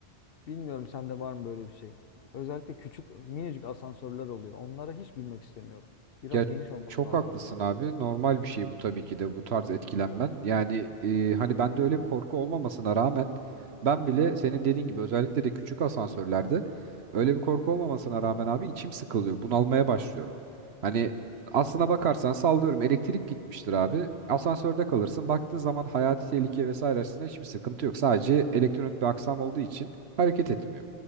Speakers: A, on the left; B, on the right.
A: bilmiyorum sende var mı böyle bir şey? Özellikle küçük minicik asansörler oluyor. Onlara hiç binmek istemiyorum. Biraz
B: Ya
A: geniş olması
B: çok
A: lazım
B: haklısın
A: asansörün.
B: abi. Normal bir şey bu tabii ki de bu tarz etkilenmen. Yani e, hani bende öyle bir korku olmamasına rağmen ben bile senin dediğin gibi özellikle de küçük asansörlerde öyle bir korku olmamasına rağmen abi içim sıkılıyor. Bunalmaya başlıyorum. Hani aslına bakarsan sallıyorum elektrik gitmiştir abi. Asansörde kalırsın. Baktığın zaman hayati tehlike vesaire açısından hiçbir sıkıntı yok. Sadece elektronik bir aksam olduğu için hareket etmiyor.